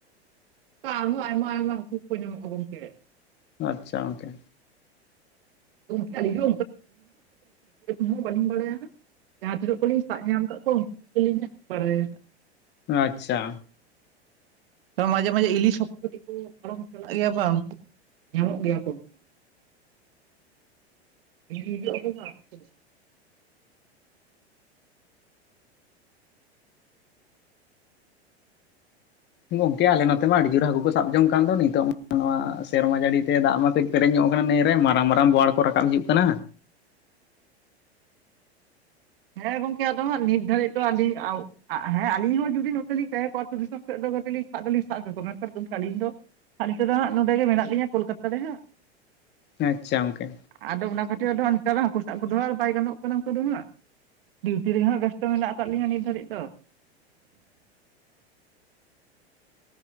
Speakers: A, on the right; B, on the left.
A: ᱟᱨᱦᱚ ᱟᱭᱢᱟ ᱟᱭᱢᱟ ᱦᱟᱠᱩ ᱠᱚ ᱧᱟᱢᱚᱜ-ᱟ ᱜᱚᱝᱠᱮ᱾
B: ᱟᱪᱪᱷᱟ ᱜᱚᱝᱠᱮ᱾
A: ᱜᱚᱜᱠᱮ ᱟᱞᱤᱧ ᱫᱚ ᱦᱟᱸᱜ <unintelligible> ᱵᱟᱹᱞᱤᱧ ᱵᱟᱲᱟᱭᱟ ᱦᱟᱸᱜ᱾ ᱡᱟᱦᱟᱸ ᱛᱤᱱᱟᱹᱜ ᱠᱚᱞᱤᱧ ᱥᱟᱵ ᱧᱟᱢ ᱟᱠᱟᱫ ᱠᱚᱣᱟ ᱩᱱᱠᱩ ᱠᱚᱜᱮᱞᱤᱧ ᱦᱟᱸᱜ ᱵᱟᱲᱟᱭᱟ᱾
B: ᱟᱪᱪᱷᱟ᱾
A: ᱛᱚ ᱢᱟᱡᱷᱮ ᱢᱟᱡᱷᱮ ᱤᱞᱤᱥ ᱦᱚᱸᱠᱩ ᱠᱟᱹᱴᱤᱡ ᱠᱚ ᱯᱟᱨᱚᱢ ᱪᱟᱞᱟᱜ ᱜᱮᱭᱟ ᱵᱟᱝ, ᱧᱟᱢᱚᱜ ᱜᱮᱭᱟ ᱠᱚ᱾ <unintelligible>
B: ᱜᱚᱝᱠᱮ ᱟᱞᱮ ᱱᱚᱛᱮ ᱢᱟ ᱟᱹᱰᱤ ᱡᱳᱨ ᱦᱟᱹᱠᱩ ᱠᱚ ᱥᱟᱵ ᱡᱚᱝ ᱠᱟᱱ ᱫᱚ ᱱᱤᱛᱚᱜ <unintelligible> ᱢᱟ ᱥᱮᱨᱢᱟ ᱡᱟᱹᱲᱤ ᱛᱮ ᱫᱟᱜ ᱢᱟ ᱠᱟᱹᱡ ᱯᱮᱨᱮᱡ ᱧᱚᱜ ᱠᱟᱱᱟ ᱱᱟᱹᱭ ᱨᱮ ᱢᱟᱨᱟᱝ ᱢᱟᱨᱟᱝ ᱵᱳᱣᱟᱲ ᱠᱚ ᱨᱟᱠᱟᱵ ᱦᱤᱡᱩᱜ ᱠᱟᱱᱟ᱾
A: ᱦᱮᱸ ᱜᱚᱝᱠᱮ ᱟᱫᱚ ᱦᱟᱸᱜ ᱱᱤᱛ ᱫᱷᱟᱨᱤ ᱫᱚ ᱟᱸᱞᱤᱧ ᱟᱸᱣ ᱟ ᱦᱮᱸ ᱟᱹᱞᱤᱧ ᱦᱚᱸ ᱡᱩᱫᱤ ᱱᱚᱛᱮᱞᱤᱧ ᱛᱟᱦᱮᱸ ᱠᱚᱜ-ᱟ᱾ ᱫᱤᱥᱚᱢ ᱥᱮᱫ ᱫᱚ ᱠᱟᱹᱡᱤᱡ ᱞᱤᱧ ᱥᱟᱵ ᱫᱚ ᱞᱤᱧ ᱥᱟᱵ ᱠᱮᱠᱚᱣᱟ, ᱢᱮᱱᱠᱷᱟᱱ ᱜᱚᱝᱠᱮ ᱟᱹᱞᱤᱧ ᱫᱚ ᱟᱨ ᱱᱤᱛᱚᱜ ᱫᱚ ᱦᱟᱸᱜ ᱱᱚᱰᱮ ᱜᱮ ᱢᱮᱱᱟᱜ ᱞᱤᱧᱟᱹ ᱠᱳᱞᱠᱟᱛᱟ ᱨᱮ ᱦᱟᱸᱜ᱾
B: ᱟᱪᱪᱷᱟ ᱜᱚᱝᱠᱮ᱾
A: ᱟᱫᱚ ᱚᱱᱟ ᱠᱷᱟᱹᱛᱤᱨ ᱟᱫᱚ ᱱᱮᱛᱟᱨ ᱦᱟᱹᱠᱩ ᱥᱟᱵ ᱠᱚ ᱠᱫᱚ ᱟᱨ ᱵᱟᱭ ᱜᱟᱱᱚᱜ ᱠᱟᱱᱟ ᱚᱱᱠᱟ ᱫᱚ ᱦᱟᱸᱜ᱾ ᱰᱤᱭᱩᱴᱤ ᱨᱮ ᱦᱟᱸᱜ ᱵᱮᱥᱛᱚ ᱢᱮᱱᱟᱜ ᱟᱠᱟᱫ ᱞᱤᱧᱟᱹ ᱱᱤᱛ ᱫᱷᱟᱹᱨᱤᱡ ᱫᱚ᱾